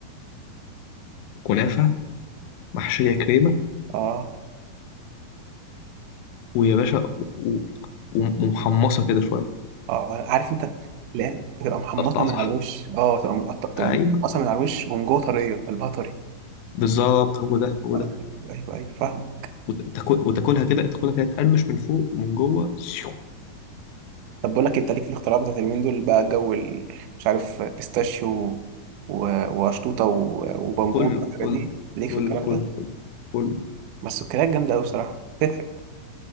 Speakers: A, on the left (about 85°); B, on the right (about 80°).
A: كنافه محشيه كريمه
B: اه
A: ويا باشا و- و- ومحمصه كده شويه
B: اه عارف انت لا بتبقى محمصه
A: ومتقطعه
B: من
A: صح
B: على الوش اه تبقى متقطعه تبقى
A: ايوه
B: متقطعه من على الوش ومن جوه طريه قلبها طري
A: بالظبط هو ده هو
B: آه،
A: ده
B: ايوه ايوه فاهمه
A: وتاكل وتاكلها كده تاكلها كده تقرمش من فوق ومن جوه شو-
B: طب بقول لك إيه، انت ليك في الاختراعات بتاعت اليومين دول بقى جو ال- مش عارف بيستاشيو و- وشطوطه و- وبمبوط
A: كله
B: والحاجات
A: كله
B: دي ليك
A: كله
B: في الكلام
A: كله
B: ده
A: كله كله
B: بس السكريات جامده قوي بصراحه تتعب